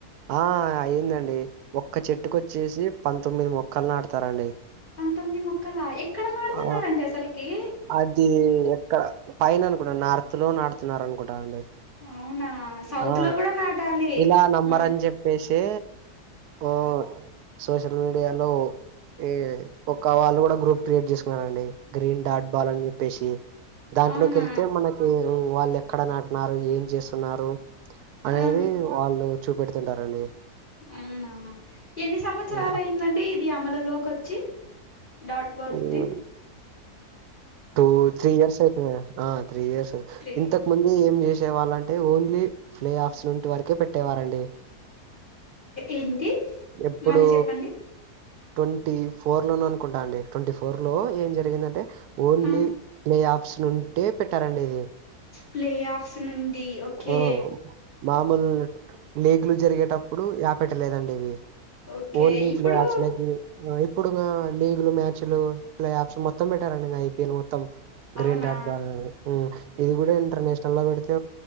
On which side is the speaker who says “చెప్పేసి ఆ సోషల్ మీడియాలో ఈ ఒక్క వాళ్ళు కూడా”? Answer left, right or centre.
Right